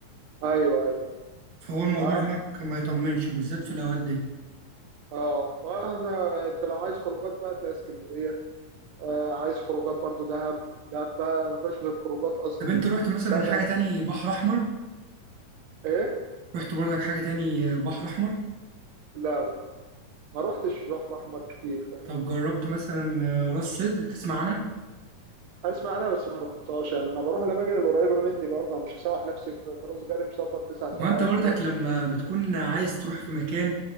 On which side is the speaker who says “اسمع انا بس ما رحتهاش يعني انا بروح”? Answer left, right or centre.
Right